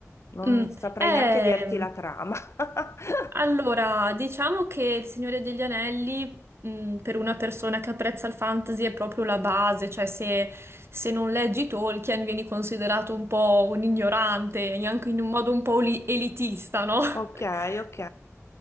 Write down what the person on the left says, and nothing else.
Non
saprei
neanche dirti la trama. <laughs>
Ok, ok.